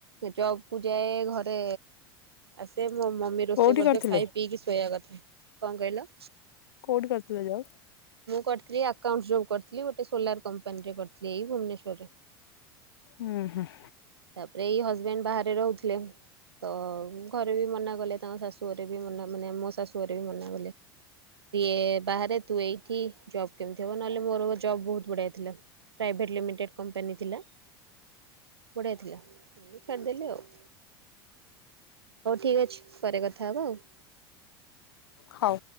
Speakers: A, on the right (about 90°); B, on the left (about 75°).
A: ଜବ କୁ ଯାଏ ଘରେ ସେ ମୋ ମମି ରୋଷେଇ
B: କୋଉଠି
A: କରିଦଅ
B: କରିଥିଲେ
A: ଖାଇ ପିଇକି ଶୋଇବା କଥା। କଣ କହିଲ?
B: କୋଉଠି କରୁଥିଲ ଯବ?
A: ମୁଁ କରିଥିଲି ଆକାଉଣ୍ଟ ଜବ୍ କରିଥିଲି ଗୋଟେ ସୋଲାର କମ୍ପାନୀରେ କରିଥିଲ ଏଇ ଭୁବନେସ୍ବରରେ।
B: ହୁଁ ହୁଁ
A: ତାପରେ ଏଇ ହଜବେଣ୍ଡ ବାହାରେ ରହୁଥିଲେ। ତ ଘରେ ବି ମନା କଲେ ତାଙ୍କ ଶାଶୁଘରେ ରେ ବି ମନା ମାନେ ମୋ ଶାଶୁଆରେ ବି ମନା କଲେ। ସିଏ ବାହାରେ ତୁ ଏଇଠି ଜବ୍ କେମିତି ହବ ନହେଲେ ମୋର ଜବ ବହୁତ ବଢିଆ ଥିଲା। ପ୍ରାଇଭେଟ୍ ଲିମିଟେଡ୍ କମ୍ପାନୀ ଥିଲା। ବଢ଼ୀଆ ଥିଲା ଛାଡିଦେଲି ଆଉ। ହଉ ଠିକ୍ ଅଛି ପରେ କଥା ହବ ଆଉ।
B: ହଉ